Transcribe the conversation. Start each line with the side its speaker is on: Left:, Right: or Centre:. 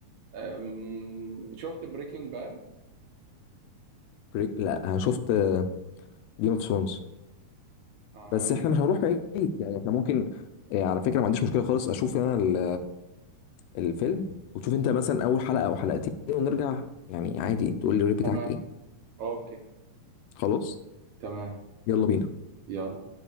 Right: آم... شفت بريكنج باد
Left: بريك لا انا شفت جيم اوف ثرونز
Right: اه
Left: بس احنا
Right: جيم اوف
Left: مش هنروح بعيد يعني احنا ممكن آه، على فكره ما عنديش مشكله خالص اشوف انا ال- الفيلم وتشوف انت مثلا اول حلقه او حلقتين ونرجع يعني عادي تقول لي الريت بتاعك
Right: تمام
Left: ايه
Right: اوكي
Left: خلاص
Right: تمام
Left: يلا بينا
Right: يلا